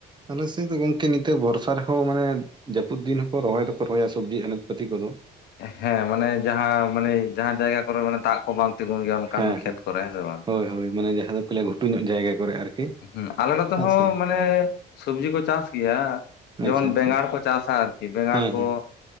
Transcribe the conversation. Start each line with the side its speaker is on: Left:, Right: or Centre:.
Right: ᱟᱞᱮ ᱥᱮᱫ ᱫᱚ ᱜᱚᱝᱠᱮ ᱱᱤᱛᱚᱜ ᱵᱚᱨᱥᱟ ᱨᱮᱼᱼ ᱚ ᱢᱟᱱᱮ ᱡᱟᱹᱯᱩᱫ ᱫᱤᱱ ᱦᱚᱸᱠᱚ ᱨᱚᱦᱚᱭ ᱫᱚᱠᱚ ᱨᱚᱦᱚᱭᱟ ᱥᱚᱵᱽᱡᱤ ᱟᱱᱟᱡ ᱯᱟᱹᱛᱤ ᱠᱚ ᱫᱚᱜᱼᱼ
Left: ᱦᱮᱸ ᱢᱟᱱᱮ ᱡᱟᱦᱟᱸ ᱢᱟᱱᱮ ᱡᱟᱦᱟᱸ ᱡᱟᱭᱜᱟ ᱠᱚᱨᱮ ᱢᱟᱱᱮ ᱫᱟᱜ ᱠᱚ ᱵᱟᱝ ᱛᱤᱸᱜᱩᱱ ᱜᱮᱭᱟ ᱚᱱᱠᱟᱱ
Right: ᱦᱮᱸ
Left: ᱠᱷᱮᱛ
Right: ᱦᱮᱸ
Left: ᱠᱚᱨᱮ ᱦᱮᱸᱥᱮ ᱵᱟᱝ?
Right: ᱦᱳᱭ ᱦᱳᱭ ᱢᱟᱱᱮ ᱡᱟᱦᱟᱸ ᱫᱚ ᱛᱟᱦᱞᱮ ᱜᱷᱩᱴᱩ ᱧᱚᱜ ᱡᱟᱭᱜᱟ ᱠᱚᱨᱮ ᱟᱨᱠᱤ᱾
Left: ᱦᱚᱸ ᱟᱞᱮ ᱱᱚᱛᱮ
Right: ᱦᱮᱸᱥᱮ
Left: ᱦᱚᱸ ᱢᱟᱱᱮ ᱥᱚᱵᱡᱤ ᱠᱚ ᱪᱟᱥ ᱜᱮᱭᱟ᱾ ᱡᱮᱢᱚᱱ
Right: ᱟᱪᱪᱷᱟ ᱟᱪᱪᱷᱟ
Left: ᱵᱮᱸᱜᱟᱲ ᱠᱚ ᱪᱟᱥᱟ ᱟᱨᱠᱤ ᱵᱮᱸᱜᱟᱲ
Right: ᱦᱮᱸ
Left: ᱠᱚ
Right: ᱦᱮᱸ